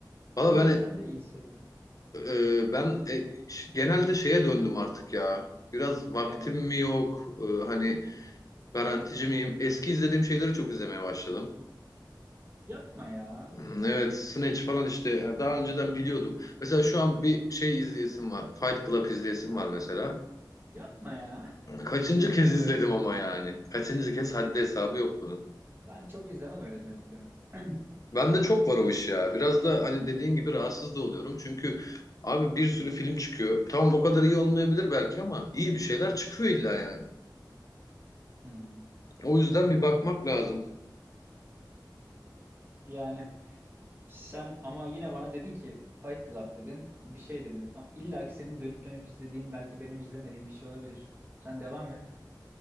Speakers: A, on the left (about 45°); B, on the right (about 25°).
A: valla
B: Sen Sen
A: ben
B: de sen de iyi söylüyorsun.
A: e, ben e, ş- genelde şeye döndüm artık ya. Biraz
B: Neye
A: vaktim
B: döndün?
A: mi yok? e, hani garantici miyim? Eski izlediğim şeyleri çok izlemeye başladım.
B: Yapma ya.
A: Hmm, Evet, Snatch falan işte daha önceden biliyordum. Mesela şu an bir şey izleyesim var. Fight Club izleyesim var mesela.
B: Yapma ya.
A: Kaçıncı kez izledim ama yani. Kaçıncı kez haddi hesabı yok
B: Ben çok izlemem öyle dönüp dönüp. <clears throat>
A: Bende çok var o iş ya. Biraz da hani dediğin gibi rahatsız da oluyorum. Çünkü abi bir sürü film çıkıyor. Tamam o kadar iyi olmayabilir belki ama iyi bir şeyler çıkıyor illa yani.
B: Hmm.
A: O yüzden bir bakmak lazım.
B: Yani sen ama yine bana dedin ki Fight Club dedin, bir şey dedin. Ama illa ki senin dönüp dönüp izlediğin belki benim izlemediğim bir şey olabilir. Sen devam et.